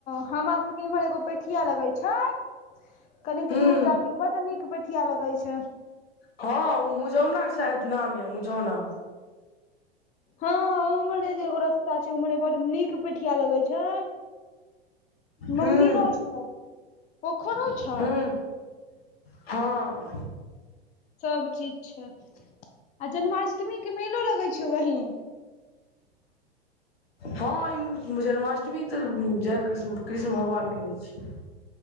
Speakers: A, on the left (about 25°); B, on the left (about 70°).
A: हमरा सबके एम्हर एगो पेठिया लगै छय कनिक
B: हूँ
A: दूर जा के बड नीक बेठिया लगै छय
B: हँ ओ मुझौना शायद नाम य मुझौना
A: हँ ऊमरे जे एगो रस्ता छै ऊमरे बड नीक पेठिया लगै छै मन्दिरो
B: हूँ
A: छै पोखरो छै
B: हूँ हँ
A: सब चीज छै आ जन्माष्टमी के मेलो लगै छै वहीं
B: हँ ई जन्माष्टमी तऽ जय कृष्ण कृष्ण भगवानके होइ छय